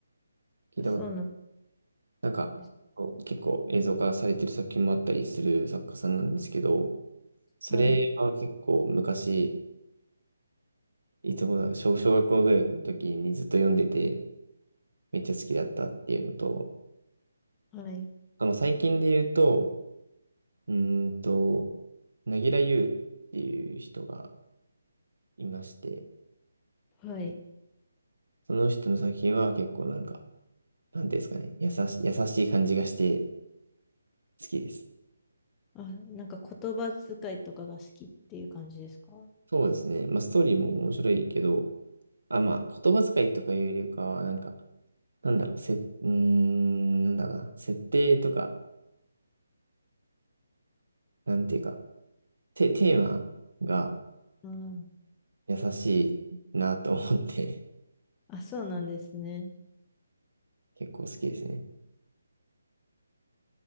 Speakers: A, on the right; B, on the left.
A: 聞いたことない、
B: あ、そうなん
A: なんか、
B: です
A: こう結構映像化されてる作品もあったりする作家さんなんですけど、それは結構昔、
B: はい、
A: いつ頃だ、小、小学校ぐらいの時にずっと読んでて、めっちゃ好きだったっていうのと、
B: はい、
A: あの、最近で言うと、うーんと、なぎらゆうっていう人がいまして、
B: はい。
A: その人の作品は結構なんか、なんていうんですかね、優し、優しい感じがして好きです。
B: あ、なんか言葉遣いとかが好きっていう感じですか
A: そうですね。まあ、ストーリーも面白いけど、あ、まあ、言葉遣いとかいうよりかは、なんか、なんだろう、せ、うーん、なんだろうな、設定とか、なんていうか、テ、テーマが
B: うん。
A: 優しいなと思って、
B: あ、そうなんですね。
A: <laughs> 結構好きですね。